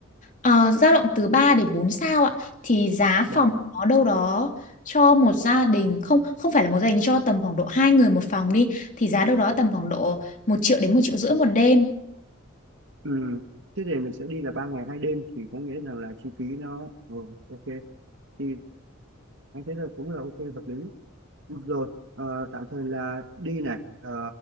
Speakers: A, on the left; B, on the right.
A: ờ, dao động từ 3 đến 4 sao ạ thì giá
B: ba
A: phòng nó đâu đó cho một gia đình không không phải là một gia đình cho tầm khoảng độ hai người một phòng đi thì giá đâu đó tầm khoảng độ một triệu đến một triệu rưỡi một đêm
B: ừ. thế thì mình sẽ đi là ba ngày hai đêm thì có nghĩa rằng là chi phí nó ừ, ok thì anh thấy là cũng là ok hợp lý Được rồi ờ, tạm thời là đi này ờ,